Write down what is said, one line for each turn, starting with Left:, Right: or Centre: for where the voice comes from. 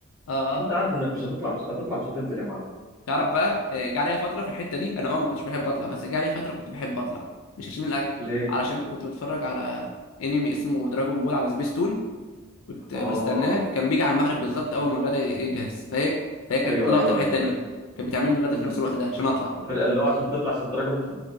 Left: اه اه
Right: انت عارف انك مش هتطلع مش هتطلع مش هتنزل يا معلم
Left: تعرف بقى آه، جه عليا فتره في الحته دي انا اه ما كنتش بحب اطلع بس جه عليا فتره كنت بحب اطلع مش عشان الاكل
Right: ليه
Left: علشان كنت بتفرج على انمي اسمه دراجون بول على سبيستون كنت
Right: اه
Left: بستناه كان بيجي على المغرب بالظبط اول ما الغدا يجهز فهي فهي كانت
Right: ايوه
Left: لقطه
Right: ايوه
Left: الحته
Right: ايوه
Left: دي
Right: ايوه
Left: كانت بتعمل لي الغدا
Right: امم
Left: في نفس الوقت ده عشان اطلع
Right: اللي هو عشان تطلع عشان تراجع <laughs>